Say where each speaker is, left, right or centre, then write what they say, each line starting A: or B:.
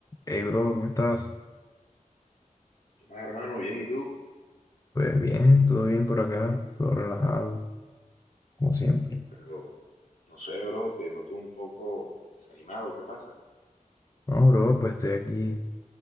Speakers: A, on the left (about 25°); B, on the left (about 75°).
A: Hey bro, ¿cómo estás?
B: ¿Qué más, hermano? Bien, ¿y tú?
A: Pues bien, todo bien por acá, todo relajado, como siempre.
B: Pero no sé, bro, te noto un poco desanimado. ¿Qué pasa?
A: No, bro, pues estoy aquí